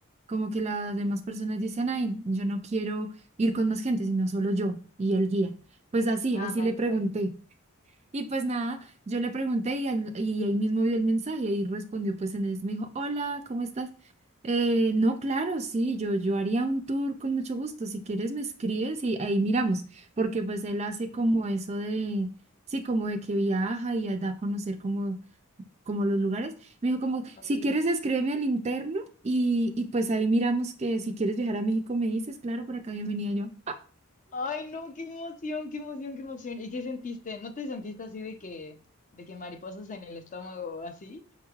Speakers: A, on the right; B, on the left.
A: Como que las demás personas dicen, ay, yo no quiero ir con más gente, sino solo yo y el guía. Pues así,
B: Ah,
A: así
B: vale,
A: le pregunté.
B: vale.
A: Y pues nada, yo le pregunté y, al- y él mismo vio el mensaje y respondió pues en eso. Me dijo, hola, ¿cómo estás? Eh, no, claro, sí, yo, yo haría un tour con mucho gusto. Si quieres me escribes y ahí miramos, porque pues él hace como eso de, sí, como de que viaja y da a conocer como, como los lugares. Me dijo como,
B: Ok.
A: si quieres escríbeme al interno y, y pues ahí miramos que si quieres viajar a México me dices, claro, por acá bienvenida yo.
B: Ay, no, qué emoción, qué emoción, qué emoción. ¿Y qué sentiste? ¿No te sentiste así de que, de que mariposas en el estómago o así?